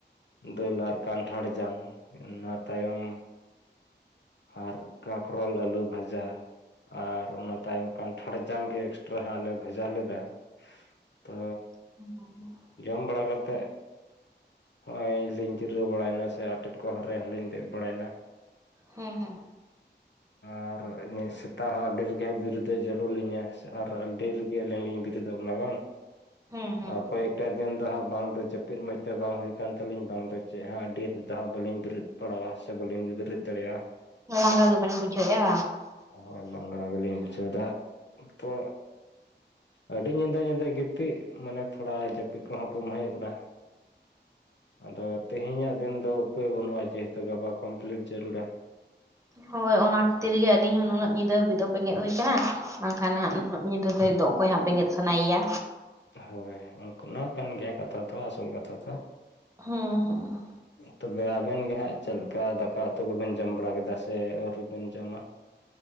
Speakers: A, on the left; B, on the right.
A: ᱫᱟᱹᱞ ᱟᱨ ᱠᱟᱱᱴᱷᱟᱲ ᱡᱟᱝ ᱚᱱᱟ ᱛᱟᱭᱚᱢ ᱟᱨ ᱠᱚᱠᱨᱚᱞ ᱟᱹᱞᱩ ᱵᱷᱟᱡᱟ ᱟᱨ ᱚᱱᱟ ᱛᱟᱭᱚᱢ ᱠᱟᱱ ᱴᱷᱟᱲ ᱡᱟᱝ ᱜᱮ ᱮᱠᱥᱴᱨᱟ ᱦᱟᱸᱜ ᱞᱮ ᱵᱷᱟᱡᱟ ᱞᱮᱫᱟ ᱛᱚ
B: <unintelligible>
A: ᱡᱚᱢ ᱵᱟᱲᱟ ᱠᱟᱛᱮ ᱦᱚᱜᱼᱚᱭ ᱞᱤᱧ ᱡᱤᱨᱟᱹᱣ ᱵᱟᱲᱟᱭᱮᱱᱟ ᱥᱮ ᱟᱴᱮᱫ ᱠᱚ ᱨᱮ ᱦᱚᱞᱤᱧ ᱫᱮᱡ ᱵᱟᱲᱟᱭᱮᱱᱟ
B: ᱦᱩᱸ ᱦᱩᱸ
A: ᱟᱨ ᱢᱟᱹᱭ ᱥᱮᱛᱟᱜ ᱟᱜ ᱵᱤᱥ ᱜᱮ ᱟᱹᱰᱤ ᱡᱩᱫᱟᱹ ᱡᱩᱞᱩᱝ ᱞᱤᱧᱟ ᱥᱮᱜ ᱟᱨ ᱟᱰᱤ ᱰᱷᱮᱨᱜᱮ ᱟᱹᱞᱤᱧ ᱞᱤᱧ ᱵᱤᱨᱤᱫᱚᱜ ᱠᱟᱱᱟ ᱵᱟᱝ
B: ᱦᱮᱸ ᱦᱮᱸ
A: ᱟᱨ ᱚᱠᱚᱭ ᱮᱴᱟᱜ ᱫᱤᱱ ᱫᱚ ᱦᱟᱸ ᱵᱟᱝ ᱫᱚ ᱡᱟᱹᱯᱤᱫ ᱢᱚᱡᱽᱛᱮ ᱵᱟᱝ ᱦᱩᱭ ᱠᱟᱱ ᱛᱟᱹᱞᱤᱧ ᱵᱟᱝ ᱫᱚ ᱪᱮᱫ ᱟᱜ ᱟᱹᱰᱤ ᱛᱮᱫ ᱦᱟᱸ ᱵ ᱵᱟᱞᱤᱧ ᱫᱩᱲᱩᱵ ᱯᱟᱲᱟᱭᱟ ᱥᱮ ᱵᱟᱹᱞᱤᱧ ᱵᱮᱨᱮᱫ ᱫᱟᱲᱮᱭᱟᱜᱼᱟ
B: ᱞᱟᱸᱜᱟ ᱜᱮᱵᱤᱱ ᱵᱩᱡᱷᱟᱹᱣᱭᱟ
A: ᱦᱚᱭ ᱞᱟᱸᱜᱟ ᱜᱮᱞᱤᱧ ᱵᱩᱡᱷᱟᱹᱣ ᱫᱟ ᱛᱚ ᱟᱹᱰᱤ ᱧᱤᱫᱟᱹ ᱧᱤᱫᱟᱹ ᱜᱮ ᱛᱤᱜ ᱢᱟᱱᱮ ᱛᱷᱚᱲᱟ ᱡᱟᱹᱯᱤᱫ ᱠᱚᱦᱚᱸ ᱠᱚ ᱢᱮᱱ ᱜᱚᱫᱟ ᱟᱫᱚ ᱛᱮᱦᱮᱧᱟᱜ ᱫᱤᱱ ᱫᱚ ᱩᱯᱟᱹᱭ ᱵᱟᱹᱱᱩᱜᱼᱟ ᱡᱮᱦᱮᱛᱩ ᱜᱟᱯᱟ ᱠᱚᱢᱯᱞᱤᱴ ᱡᱟᱹᱨᱩᱲᱟ
B: ᱦᱚᱭ ᱚᱱᱟ ᱠᱷᱟᱹᱛᱤᱨ ᱜᱮ ᱟᱹᱞᱤᱧ ᱦᱚᱸ ᱱᱩᱱᱟᱹᱜ ᱧᱤᱫᱟᱹ ᱦᱟᱹᱵᱤᱡ ᱫᱚ ᱵᱮᱸᱜᱮᱫ ᱦᱩᱭ ᱟᱠᱟᱱᱟ ᱵᱟᱝᱠᱷᱟᱱ ᱱᱟᱜ ᱱᱩᱱᱟᱹᱜ ᱧᱤᱫᱟᱹ ᱦᱳᱭ ᱫᱚ ᱚᱠᱚᱭ ᱦᱟᱸᱜ ᱵᱮᱸᱜᱮᱫ ᱥᱟᱱᱟᱭᱭᱟ
A: ᱦᱳᱭ ᱚᱱᱟᱠᱟᱱ ᱜᱮᱭᱟ ᱠᱟᱛᱷᱟ ᱫᱚ ᱟᱥᱚᱞ ᱠᱟᱛᱷᱟ ᱫᱚ
B: ᱦᱚᱸ ᱦᱚᱸ
A: ᱛᱚᱵᱮ ᱟᱵᱮᱱ ᱜᱮ ᱦᱟᱜ ᱪᱮᱜᱞᱮᱠᱟ ᱫᱟᱠᱟ ᱩᱛᱩ ᱠᱚᱵᱮᱱ ᱡᱚᱢ ᱵᱟᱲᱟ ᱠᱮᱫᱟ ᱥᱮ ᱟᱹᱣᱨᱤᱵᱤᱱ ᱡᱚᱢᱟ